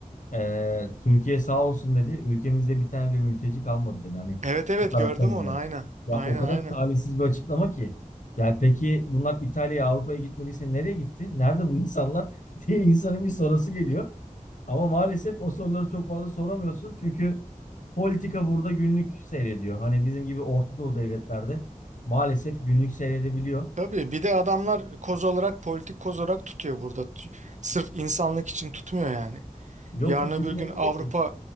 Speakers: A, on the left (about 65°); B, on the right (about 60°).
A: Ee, Türkiye sağ olsun dedi. Ülkemizde bir tane bile mülteci kalmadı dedi. Hani
B: Evet evet
A: bu taraftan
B: gördüm
A: yana.
B: onu aynen.
A: Ya
B: Aynen
A: o kadar
B: aynen.
A: talihsiz bir açıklama ki. Ya peki bunlar İtalya'ya, Avrupa'ya gitmediyse nereye gitti? Nerede bu insanlar <laughs> diye insanın bir sorusu geliyor. Ama maalesef o soruları çok fazla soramıyorsun. Çünkü politika burada günlük seyrediyor. Hani bizim gibi Orta Doğu devletlerde maalesef günlük seyredebiliyor.
B: Tabii bir de adamlar koz olarak politik koz olarak tutuyor burada. T- Sırf insanlık için tutmuyor yani.
A: Yok
B: Yarın
A: ki kimin
B: öbür gün
A: umurunda
B: Avrupa
A: ki?